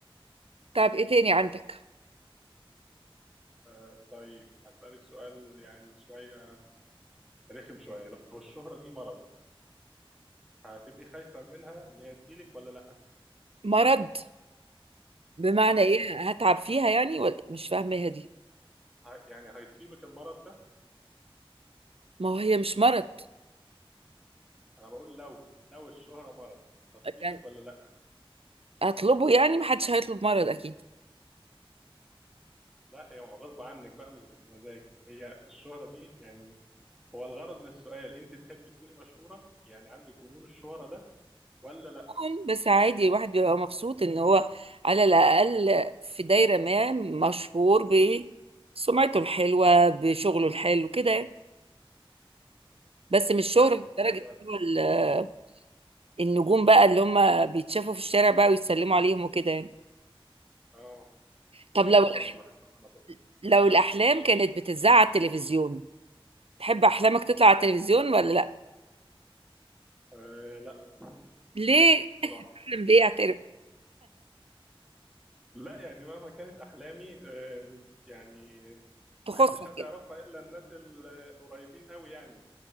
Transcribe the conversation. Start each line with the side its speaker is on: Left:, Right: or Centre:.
Right: طب ايه تاني عندك
Centre: آه طيب هسالك سؤال يعني شويه رخم شويه لو الشهره دي مرض هتبقي خايفه منها ان هي تجيلك ولا لا
Right: مرض بمعنى
Centre: اه
Right: ايه هتعب فيها يعني ولا مش فاهمها دي
Centre: ه- يعني هيصيبك المرض ده
Right: ما هو هي مش مرض
Centre: انا بقول لو لو الشهره مرض هتصيبك
Right: يعني
Centre: ولا لا
Right: هطلبه يعني محدش هيطلب مرض اكيد
Centre: لا يعني هو غصب عنك بقى مش بمزاجك هي الشهرة دي يعني هو الغرض من السؤال انت تحبي تكوني مشهورة يعني عندك جنون الشهرة ده ولا لا
Right: طبعاً، بس عادي الواحد بيبقى مبسوط ان هو على الاقل في دايره ما مشهور بسمعته الحلوه بشغله الحلو كده يعني.
Centre: مم.
Right: بس مش شهرة
Centre: حلو
Right: لدرجة
Centre: إجابة
Right: إن هو ال- النجوم بقى اللي هم بيتشافوا في الشارع بقى ويتسلموا عليهم وكده يعني
Centre: اه
Right: طب
Centre: دي
Right: لو
Centre: برضه
Right: الأح...
Centre: انا مش بحبها على فكرة
Right: لو الأحلام كانت بتذاع على التلفزيون تحب أحلامك تطلع على التلفزيون ولا لأ؟
Centre: آه لا
Right: ليه؟
Centre: ما بحبش بصراحة
Right: <laughs> أحلم بإيه أعترف؟
Centre: لا يعني مهما كانت احلامي آه مش يعني
Right: تخصك
Centre: ما بحبش حد
Right: يعني
Centre: يعرفها الا الناس ال- القريبين قوي يعني